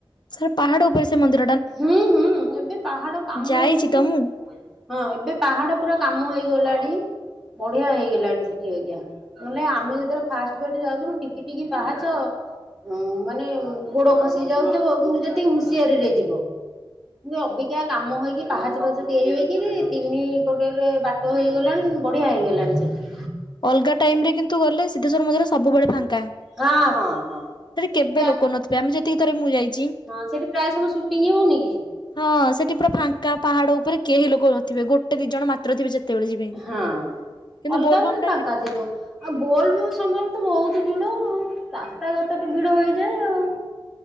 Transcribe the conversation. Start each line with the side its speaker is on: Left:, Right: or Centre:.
Left: ଥରେ ପାହାଡ଼ ଉପରେ ସେ ମନ୍ଦି
Centre: ହୁଁ ହୁଁ ଏବେ ପାହାଡ଼ କାମ
Left: ଯାଇଛି
Centre: ଏଇ ଯୋଉ
Left: ତ ମୁଁ
Centre: ହଁ ଏବେ ପାହାଡ଼ ପୁରା କାମ ହେଇଗଲାଣି ବଢ଼ିଆ ହେଇଗଲାଣି ସେଠି ଅଇକା। ନଲେ ଆମେ ଯେତୋଳେ ଫାଷ୍ଟ ଫାଷ୍ଟ ଯାଉଥିଲୁ ଟିକି ଟିକି ପାହାଚ ଅଁ ମାନେ ଗୋଡ଼ ଖସି ଯାଉଥିବ କିନ୍ତୁ ଯେତି ହୁସିଆରିରେ ଯିବ। କିନୁ ଅବିକା କାମ ହେଇକି ପାହାଚ ପାହାଚ ତିଆରି ହେଇକିରି ତିନି ପଟେରେ ବା ଟ ହେଇଗଲାଣି ବଢ଼ିଆ ହେଇଗଲାଣି ସେଠି।
Left: ଅଲଗା ଟାଇମ୍ ରେ କିନ୍ତୁ ଗଲେ ସିଧେଶ୍ୱର ମନ୍ଦିର ସବୁବେଳେ ଫାଙ୍କା।
Centre: ହଁ ହଁ ହଁ। ସେଠି
Left: କେବେ
Centre: ପ୍ରା
Left: ଲୋକ
Centre: ହଁ
Left: ନଥିବେ ଆମେ ଯେତିକି ଥର ମୁଁ ଯାଇଛି।
Centre: ସେଠି ପ୍ରାୟ ସବୁ ସୁଟିଂ ହଉନି କି?
Left: ହଁ ସେଠି ପୁରା ଫାଙ୍କା ପାହାଡ଼ ଉପରେ କେହି ଲୋକ ନଥିବେ ଗୋଟେ ଦି ଜଣ ମାତ୍ର ଥିବେ ଯେ ତେବେଳେ ଯିବେ
Centre: ହଁ।
Left: କିନ୍ତୁ
Centre: ଅଲଗା
Left: ବୋଲ୍
Centre: ବେଳେ
Left: ବମ୍
Centre: ଫାଙ୍କା ଥିବ। ଆଉ ବୋଲ୍ ବମ୍ ସମୟରେ ତ ବହୁତ ଭିଡ଼ ଆଉ ରାସ୍ତାଘାଟ ତ ଭିଡ଼ ହେଇଯାଏ ଆଉ।